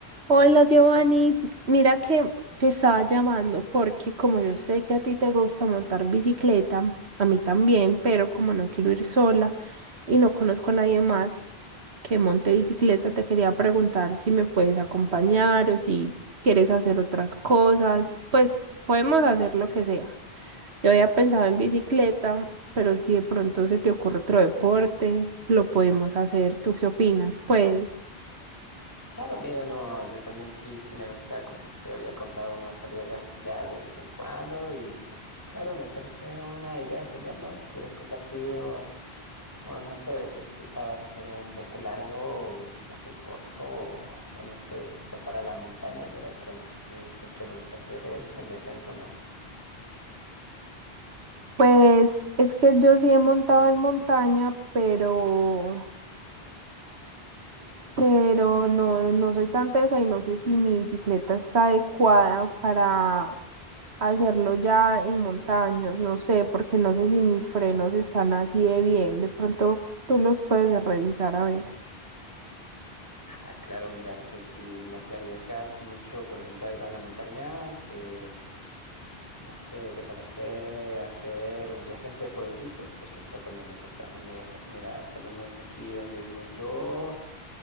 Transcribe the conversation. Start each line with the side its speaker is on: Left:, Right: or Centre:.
Right: Hola Giovanni, mira que te estaba llamando porque como yo sé que a ti te gusta montar bicicleta, a mí también, pero como no quiero ir sola y no conozco a nadie más que monte bicicleta, te quería preguntar si me puedes acompañar o si quieres hacer otras cosas, pues podemos hacer lo que sea. Yo había pensado en bicicleta, pero si de pronto se te ocurre otro deporte, lo podemos hacer. ¿Tú qué opinas? Puedes.
Left: Claro, mira, no, yo también sí, sí me gusta, como te había contado, no salir a ciclar de vez en cuando y claro, me parece una idea genial, ¿no? Si quieres compartir o, o no sé, te pensabas hacer un viaje largo o un viaje corto o, o no sé, este, para la montaña, mira que a mí siempre me gusta hacer es el descenso, ¿no?
Right: Pues es que yo sí he montado en montaña, pero, pero no, no soy tan tesa y no sé si mi bicicleta está adecuada para hacerlo ya en montañas, no sé, porque no sé si mis frenos están así de bien. De pronto tú los puedes revisar a ver.
Left: Ah, claro, mira, pues si no te arriesgas mucho, por ejemplo, a ir a la montaña, pues No sé, ¿te parece hacer un viaje entre pueblitos? Porque eso también me gusta, ¿no? Mira, mira, salimos de aquí donde vivo yo